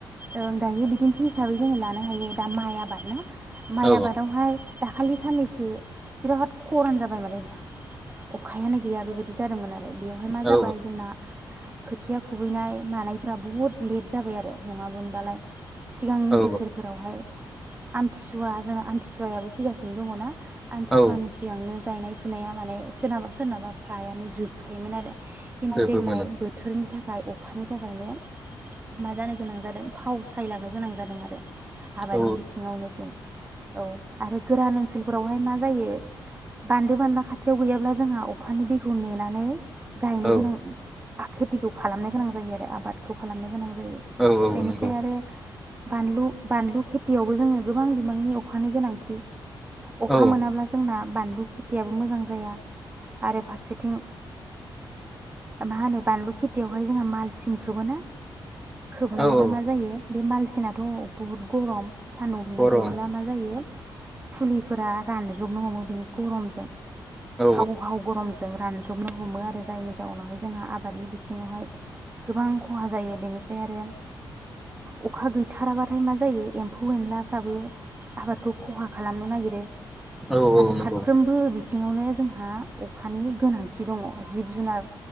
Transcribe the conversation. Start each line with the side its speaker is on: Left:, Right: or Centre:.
Right: ओं दायो बिदिन्थि हिसाबै जोङो लानो हायो दा माइ आबाद ना। माइ
Centre: औ
Right: आबादावहाय दाखालि साननैसो बिराद खरान जाबाय माने अखायानो गैया बेबायदि जादोंमोन आरो बेयावहाय मा
Centre: औ
Right: जाबाय जोंना खोथिया खुबैनाय मानायफ्रा बहुद लेट जाबाय आरो नङामोनबालाय सिगांनि
Centre: औ
Right: बोसोरफोरावहाय आमथिसुवा जोंना आमथिसुवाया फैगासिनो दङ ना? आमथिसुवानि
Centre: औ
Right: सिगांनो गायनाय फुनाया माने सोरनाबा सोरनाबा फ्रायानो जोबखायोमोन आरो खिन्थु
Centre: जोबो
Right: देग्लाय
Centre: मोनो
Right: बोथोरनि थाखाय अखानि थाखायनो मा जादों गोनां जादों फाव सायलांनो गोनां जादों आरो आबादनि
Centre: औ
Right: बिथिङावनो बुं औ आरो गोरान ओनसोलफोरावहाय मा जायो बान्दो बानला खाथियाव गैयाब्ला जोंहा अखानि दैखौ नेनानै गायनो
Centre: औ
Right: गोनां खेथिखौ खालामनो गोनां जायो आरो आबादखौ खालामनो गोनां जायो।
Centre: औ औ
Right: बेनिफ्राय
Centre: नंगौ
Right: आरो बानलु बानलु खेथियावबो जोंनो गोबां बिबांनि अखानि गोनांथि अखा
Centre: औ
Right: मोनाब्ला जोंना बानलु खेथियाबो मोजां जाया। आरो फारसेथिं मा होनो बानलु खेथियावहाय जोङो मालसिन खौबो ना खोबनायावहाय
Centre: औ औ
Right: मा जायो बे माल सिनाथ' बहुद गरम सान्दुं दुंबाय
Centre: गरम
Right: थायोब्ला मा जायो फुलिफोरा रानज्रबनो हमो बिनि गरमजों
Centre: औ
Right: हाव हाव गरमजों रानज्रबनो हमो आरो जायनि जाउनावहाय जोंहा आबादनि बिथिङावहाय गोबां खहा जायो बेनि फ्राय आरो अखा गैथाराबा ओमफ्राय मा जायो एम्फौ एनलाफ्राबो आबादखौ खहा खालामनो नागिरो।
Centre: औ
Right: माने
Centre: औ नंगौ
Right: फारफ्रोमबो बिथि ङावनो जोंहा अखानि गोनांथि दङ जिब जुनार